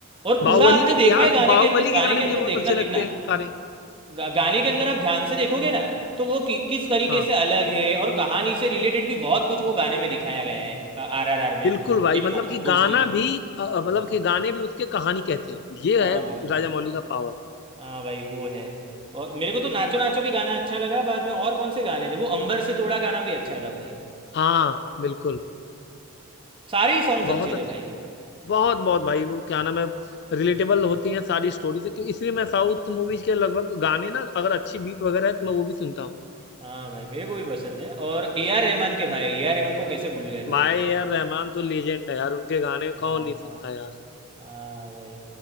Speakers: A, on the right; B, on the left.
A: और
B: बाहुबली
A: पूरा आपने
B: के
A: देखा
B: यार
A: है गाने
B: बाहुबली
A: के अंदर
B: के
A: गाने
B: गाने
A: के
B: मुझे
A: अंदर
B: बहुत
A: देखना
B: अच्छे लगते
A: देखना
B: हैं सारे
A: गा- गाने के अंदर आप ध्यान से देखोगे ना तो वो कि, किस
B: हाँ
A: तरीके से अलग है और कहानी से रिलेटेड भी बहुत कुछ वो गाने में दिखाया गया है आरआरआर में
B: बिल्कुल भाई
A: देखना
B: मतलब कि
A: दोस्ती
B: गाना भी अ, अ, मतलब कि गाने भी उसके कहानी कहते हैं ये
A: हाँ
B: है
A: भाई
B: राजा मौली का पावर
A: हाँ भाई वो है और मेरे को तो नाचो नाचो भी गाना अच्छा लगा बाद में और कौन से गाने थे वो अंबर से तोड़ा गाना भी अच्छा था भाई
B: हाँ बिल्कुल
A: सारे ही सॉन्ग्स
B: बहुत
A: अच्छे
B: अच्छे
A: थे भाई
B: बहुत बहुत भाई वो क्या नाम है रिलेटेबल होती हैं सारी स्टोरी से कि- इसलिए मैं साउथ मूवीज के लगभग गाने ना अगर अच्छी बीट वगैरह है तो मैं वो भी सुनता हूँ
A: हाँ भाई मेरे को भी पसंद है और ए आर रहमान के भाई ए आर रहमान को कैसे भूल गए भाई
B: भाई यार रहमान तो लीजेंड है यार उनके गाने
A: हाँ
B: कौन नहीं
A: हाँ
B: सुनता यार
A: हाँ भाई